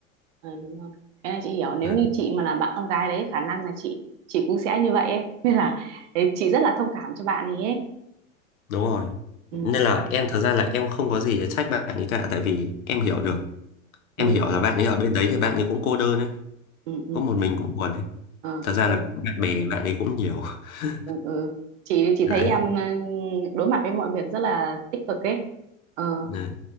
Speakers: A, on the right (about 60°); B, on the left (about 85°).
A: Ờ, đúng rồi. Cái này chị hiểu nếu
B: Đấy,
A: như chị mà là bạn con gái đấy khả năng là chị chị cũng sẽ như vậy ấy nên là đấy, chị rất là thông cảm cho bạn ấy, ấy.
B: đúng rồi
A: Ừ,
B: nên là em thật ra là em không có gì để trách bạn ấy cả tại vì em hiểu được em
A: ừ,
B: hiểu là bạn ấy ở bên đấy thì bạn ấy cũng cô đơn ấy
A: ừ, ừ.
B: có một mình cũng buồn ấy
A: Ờ,
B: thật
A: ok
B: ra là bạn bè bạn ấy cũng nhiều <laughs>
A: ừ, ừ. chị thì chị
B: đấy
A: thấy em ừ, đối mặt với mọi việc rất là tích cực ấy ờ,
B: đấy